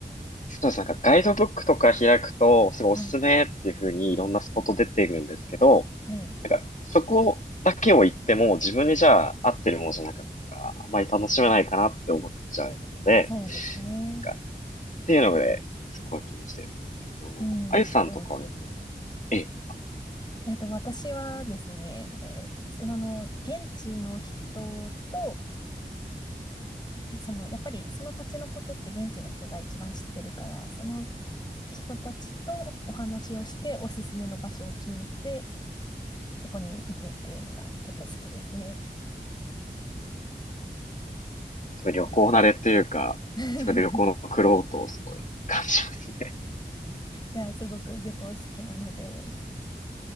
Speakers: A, on the left; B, on the left.
A: そうです。なんかガイドブックとか開くと、すごいおすすめっていう風にいろんなスポット出てるんですけど、
B: はい。はい。
A: なんかそこだけを行っても自分にじゃあ合ってるものじゃなかったら、あまり楽しめないかなって思っちゃうので、
B: そうですね。
A: なんかっていうので、そこは気にしてるんですけど、
B: うん、
A: あゆさんとかは逆に、
B: そう、あり
A: ええ。
B: えっと、私はですね、えーあの、現地の人と、その、やっぱりその土地のことって現地の人が一番知ってるから、その人たちとお話をして、おすすめの場所を聞いて、そこに行くっていうのが結構好きですね。
A: すごい旅行慣れというか、
B: <laughs>
A: すごい旅行の苦労とをすごい感じますね。
B: いや、すごく旅行好きなので、